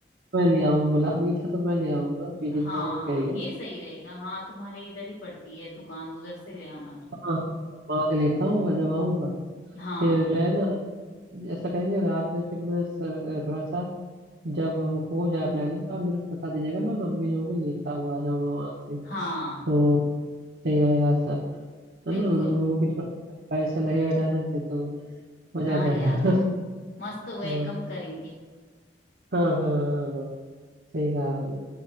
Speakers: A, on the right (about 60°); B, on the left (about 70°).
A: मैं ले आऊंगा गुलाब मीठा तो मैं ले आऊंगा फिर चिंता
B: हाँ
A: मत करिए
B: ये सही रहेगा हाँ तुम्हारे इधर ही पड़ती है दुकान उधर से ले आना तुम
A: हाँ हाँ हाँ, वहाँ से लेता हूँ जब आऊंगा
B: हाँ
A: फिर जो है ना ऐसा करेंगे रात में फिर मैं स- थोड़ा सा जब हो जाए प्लानिंग तो आप मेरे को बता दीजिएगा मैं मम्मी लोगों को लेता हुआ आ जाऊंगा वहां से
B: हाँ
A: तो सही रहेगा सब
B: बिल्कुल
A: है ना उन लोगों को भी थोड़ा पैसा लगेगा अचानक से तो मजा
B: हाँ
A: आ जाएगा
B: यार
A: <laughs>
B: मस्त वेलकम
A: हाँ
B: करेंगे
A: हाँ हाँ हाँ सही कहा
B: हाँ
A: आपने